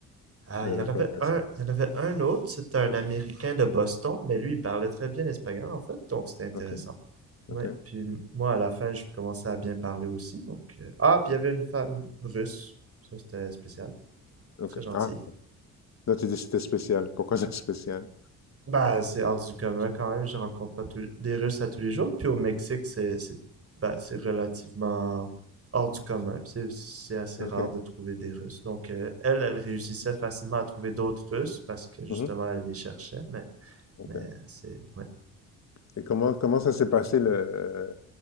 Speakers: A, on the right (about 40°); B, on the left (about 50°).
A: Ah,
B: de
A: il y
B: la
A: en avait
B: colocation.
A: un, il y en avait un autre, c'était un Américain de Boston, mais lui, il parlait très bien espagnol, en fait, donc c'était intéressant.
B: Ok, ok,
A: Ouais, puis moi, à la fin, je commençais à bien parler aussi, donc... euh, Ah,
B: d'accord.
A: puis il y avait une femme russe, ça c'était spécial.
B: Ok.
A: Très gentil.
B: Ah, non, tu dis que c'était spécial. Pourquoi c'est spécial?
A: Bah, c'est hors du commun quand même. Je rencontre pas tous- des Russes à tous les jours. Puis au Mexique, c'est c'est bah, c'est relativement hors du commun. C'est c'est assez
B: OK.
A: rare de trouver des Russes. Donc, euh, elle, elle réussissait facilement à trouver d'autres Russes parce que justement,
B: Mmh.
A: elle les cherchait. Mais,
B: OK.
A: mais c'est. Ouais.
B: Et comment comment ça s'est passé le